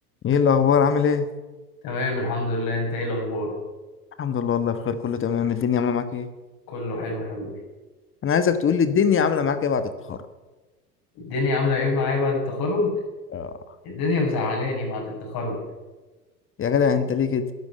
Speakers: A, on the left; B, on the left.
A: ايه الاخبار عامل ايه
B: تمام الحمد لله انت ايه الاخبار
A: الحمد لله والله بخير كله تمام الدنيا عامله معاك ايه
B: كله حلو حبيبي
A: انا عايزك تقول لي الدنيا عامله معاك ايه بعد التخرج
B: الدنيا عامله ايه معايا بعد التخرج
A: آه.
B: الدنيا مزعلاني بعد التخرج
A: يا جدع انت ليه كده